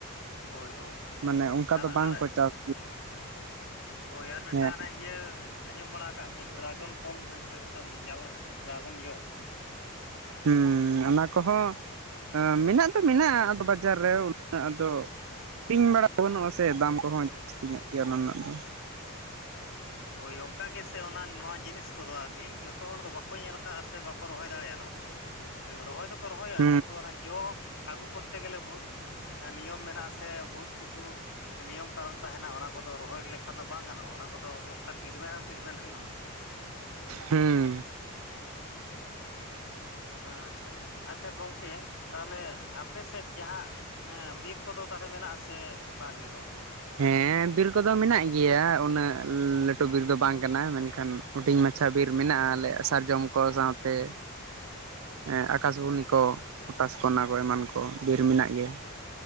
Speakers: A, on the left; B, on the right.
A: ᱦᱳᱭ ᱦᱳᱭ
B: ᱢᱟᱱᱮ ᱚᱱᱠᱟ
A: ᱟᱨ
B: ᱫᱚ
A: ᱟᱨ
B: ᱵᱟᱝ ᱠᱚ ᱪᱟᱥ <unintelligible>
A: ᱦᱳᱭ ᱟᱨ ᱢᱤᱫᱴᱟᱝ
B: ᱦᱮᱸ
A: ᱚᱱᱮ ᱤᱭᱟᱹ᱾ ᱟᱸᱡᱚᱢ ᱵᱟᱲᱟ ᱠᱟᱜ ᱜᱮᱭᱟ ᱰᱨᱟᱜᱚᱱ ᱯᱷᱚᱞ ᱢᱮᱱᱛᱮ ᱢᱤᱫᱴᱟᱝ ᱧᱟᱢᱚᱜ-ᱟ ᱰᱨᱟᱜᱚᱱ ᱡᱚ᱾
B: ᱦᱩᱸᱻ ᱚᱱᱟ ᱠᱚᱦᱚᱸ ᱢᱮᱱᱟᱜ ᱫᱚ ᱢᱮᱱᱟᱜ-ᱟ ᱟᱫᱚ ᱵᱟᱡᱟᱨ ᱨᱮ ᱩᱱᱟᱹᱜ ᱟᱫᱚ ᱠᱤᱧ ᱵᱟᱲᱟ ᱠᱚ ᱵᱟᱹᱱᱩᱜ-ᱟ ᱥᱮ ᱫᱟᱢ ᱠᱚᱦᱚᱸ ᱡᱟᱹᱥᱛᱤ ᱧᱚᱜ ᱜᱮᱭᱟ ᱚᱱᱟ ᱨᱮᱱᱟᱜ ᱫᱚ᱾
A: ᱦᱳᱭ ᱚᱱᱠᱟ ᱜᱮ ᱥᱮ ᱚᱱᱟ ᱱᱚᱣᱟ ᱡᱤᱱᱤᱥ ᱠᱚᱫᱚ ᱟᱨᱠᱤ ᱡᱚᱛᱚ ᱦᱚᱲ ᱫᱚ ᱵᱟᱠᱚ ᱧᱮᱞ ᱟᱠᱟ-ᱟ ᱥᱮ ᱵᱟᱠᱚ ᱨᱚᱦᱚᱭ ᱫᱟᱲᱮᱭᱟᱜ-ᱟ ᱱᱚᱸ ᱨᱚᱦᱚᱭ ᱫᱚᱠᱚ ᱨᱚᱦᱚᱭᱟ
B: ᱦᱩᱸ
A: ᱠᱤᱱᱛᱩ ᱚᱱᱟ ᱡᱚ ᱟᱹᱜᱩ ᱠᱚᱨᱛᱮ ᱜᱮᱞᱮ ᱵᱚᱦᱩᱛ᱾ ᱮᱸ ᱱᱤᱭᱚᱢ ᱢᱮᱱᱟᱜ-ᱟ ᱥᱮ ᱵᱚᱦᱩᱛ ᱠᱤᱪᱷᱩ᱾ ᱱᱤᱭᱚᱢ ᱠᱟᱱᱩᱱ ᱛᱟᱦᱮᱱᱟ ᱚᱱᱟ ᱠᱚᱫᱚ ᱨᱚᱦᱚᱭ ᱞᱮᱠᱷᱟᱱ ᱫᱚ ᱵᱟᱝ ᱜᱟᱱᱚᱜᱼᱟ, ᱚᱱᱟ ᱠᱚᱫᱚ ᱚᱱᱠᱟ ᱴᱤᱴᱢᱮᱱᱴ ᱦᱚᱸ ᱴᱤᱴᱢᱮᱱᱴ ᱦᱩᱭᱩᱜ-ᱟ᱾
B: ᱦᱩᱸᱻ
A: ᱦᱟᱸ ᱟᱪᱪᱷᱟ, ᱟᱪᱪᱷᱟ ᱜᱚᱝᱠᱮ ᱛᱟᱦᱞᱮ ᱟᱯᱮ ᱥᱮᱫ ᱡᱟᱦᱟᱸ ᱦᱮᱸ ᱵᱤᱨ ᱠᱚᱫᱚ ᱛᱟᱦᱞᱮ ᱢᱮᱱᱟᱜ ᱟᱥᱮ ᱵᱟᱝ ᱜᱮ ᱜᱚᱝᱠᱮ?
B: ᱦᱮᱸ ᱵᱤᱨ ᱠᱚᱫᱚ ᱢᱮᱱᱟᱜ ᱜᱮᱭᱟ, ᱩᱱᱟᱹᱜ ᱞᱟᱹᱴᱩ ᱵᱤᱨ ᱫᱚ ᱵᱟᱝ ᱠᱟᱱᱟ ᱢᱮᱱᱠᱷᱟᱱ ᱦᱩᱸᱰᱤᱧ ᱢᱟᱪᱷᱟ ᱵᱤᱨ ᱢᱮᱱᱟᱜ-ᱟ, ᱟᱞᱮ ᱥᱟᱨᱡᱚᱢ ᱠᱚ ᱥᱟᱶ ᱛᱮ᱾ ᱮᱸ ᱟᱠᱟᱥᱵᱚᱱᱤ ᱠᱚ, ᱯᱚᱴᱟᱥ ᱠᱚ, ᱚᱱᱟ ᱠᱚ ᱮᱢᱟᱱ ᱠᱚ ᱵᱤᱨ ᱢᱮᱱᱟᱜ ᱜᱮᱭᱟ᱾